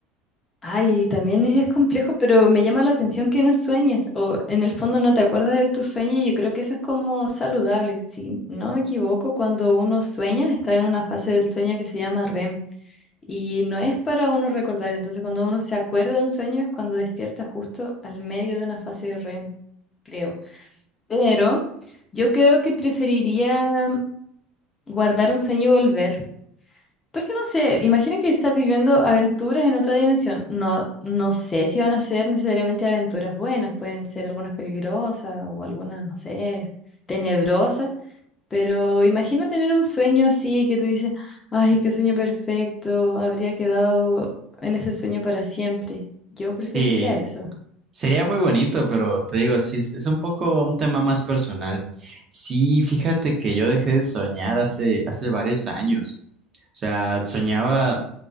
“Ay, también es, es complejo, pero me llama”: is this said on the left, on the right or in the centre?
Left